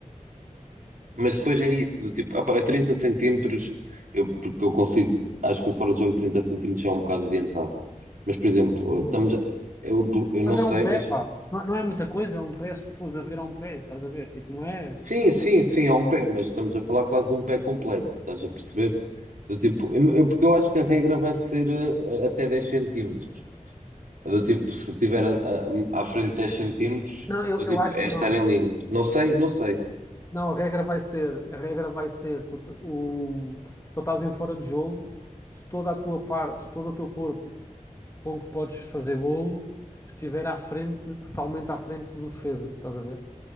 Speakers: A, on the right; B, on the left.
A: Mas depois é isso, do tipo, opa, a 30 centímetros, eu, porque eu consigo, acho que o fora de jogo de 30 centímetros é um bocado adiantado. Mas, por exemplo, eh, estamos, a- eu, eu não
B: Mas
A: sei,
B: é um pé,
A: mas
B: pá. Não, não é muita coisa, é um pé se tu fores a ver a um pé, estás a ver? Tipo, não é?
A: sim, sim, sim, é um pé, mas estamos a falar quase de um pé completo, estás a perceber? Do tipo, eu, eu- porque eu acho que a regra vai ser eh, eh, até 10 centímetros. Do tipo, se tiver eh, eh, à frente 10 centímetros,
B: Não, eu,
A: do
B: eu
A: tipo,
B: acho
A: é
B: que
A: estar
B: não.
A: em linha. Não sei, não sei.
B: Não, a regra vai ser, a regra vai ser, tu, te- o, tu estás em fora de jogo, se toda a tua parte, se todo o teu corpo com que podes fazer golo estiver à frente, totalmente à frente do defesa, estás a ver?